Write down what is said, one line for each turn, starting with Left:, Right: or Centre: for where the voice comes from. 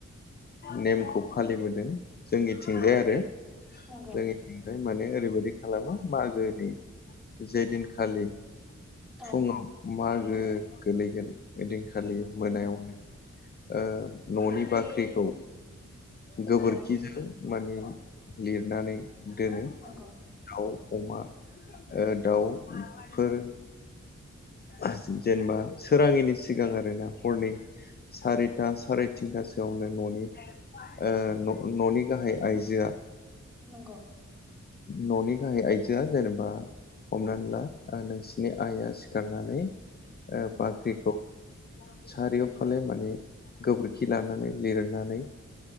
Left: नेमखौ फालिबोदों। जोंनिथिंजाय
Centre: औ
Left: आरो
Centre: नंगौ
Left: जोंनिथिंजाय माने ओरै बेबादि खालामो मागोनि जे दिनखालि
Centre: औ
Left: फुंआव मागो गोलैगोन बिदिन खालि मोनायाव
Centre: नंगौ
Left: ओ ननि बाख्रिखौ गोबोरखिजो
Centre: औ
Left: माने लिरनानै दोनो।
Centre: नंगौ
Left: दाव अमा ओ दाउफोर जेन जेनोबा सोराङिनि सिगां आरोना हरनै सारिथा साराय तिनथासोयावनो न'नि ओ न' न'नि गाहाय आइजोया
Centre: नंगौ।
Left: न'नि गाहाय आइजोया जेनोबा हमनानै ला नोंसिनि आइआ सिखारनानै ओ
Centre: नंगौ
Left: बाख्रिखौ सारियाव फाले माने गोबोरखि लानानै लिरनानै